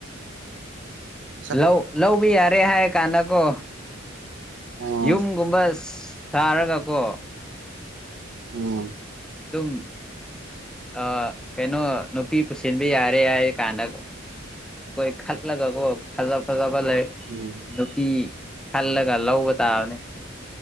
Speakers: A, on the right; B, in the centre.
A: ꯎꯝ
B: ꯂꯧ ꯂꯧꯕ ꯌꯥꯔꯦ ꯍꯥꯏꯔꯀꯥꯟꯗꯀꯣ
A: ꯎꯝ
B: ꯌꯨꯝꯒꯨꯝꯕ ꯁꯥꯔꯒꯀꯣ
A: ꯑꯣꯝ
B: ꯗꯨꯝ ꯑꯥ ꯀꯩꯅꯣ ꯅꯨꯄꯤ ꯄꯨꯁꯤꯟꯕ ꯌꯥꯔꯦ ꯍꯥꯏꯌ‌ꯦꯀꯥꯟꯗ ꯀ‌ꯣꯏ ꯈꯠꯂꯒꯀꯣ ꯐꯖꯥ ꯐꯖꯥꯕ ꯂꯩ
A: ꯎꯝ
B: ꯅꯨꯄꯤ ꯈꯜꯂꯒ ꯂꯧꯕ ꯇꯥꯕꯅꯤ